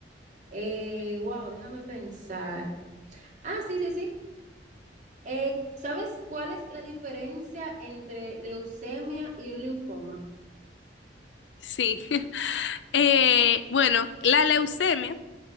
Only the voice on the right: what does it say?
Eh, wow, déjame pensar. Ah, sí, sí, sí. Eh, ¿sabes cuál es la diferencia entre leucemia y un linfoma?